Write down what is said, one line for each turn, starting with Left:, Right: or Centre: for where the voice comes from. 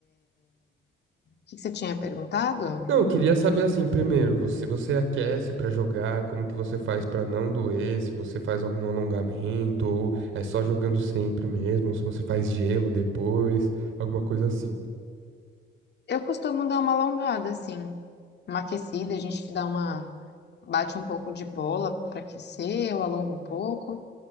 Left: que que você tinha perguntado?
Right: Não, eu queria saber assim, primeiro, você, você aquece pra jogar, como que você faz pra não doer, se você faz algum alongamento, ou é só jogando sempre mesmo, ou se você faz gelo depois, alguma coisa assim.
Left: Eu costumo dar uma alongada, assim, uma aquecida, a gente dá uma, bate um pouco de bola para aquecer, eu alongo um pouco,